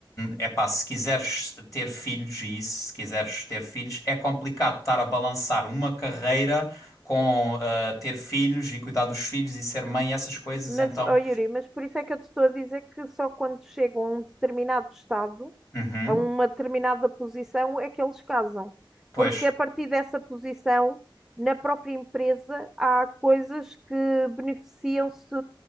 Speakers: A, on the left (about 40°); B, in the centre.
A: é pá, se quiseres ter filhos e isso, se quiseres ter filhos, é complicado estar a balançar uma carreira com eh, ter filhos e cuidar dos filhos e ser mãe e essas coisas,
B: Mas,
A: então.
B: ó Yuri, mas por isso é que eu te estou a dizer que só quando chegam a um determinado estado.
A: Uhum,
B: a uma determinada posição é que eles casam.
A: pois.
B: Porque a partir dessa posição, na própria empresa, há coisas que beneficiam-se,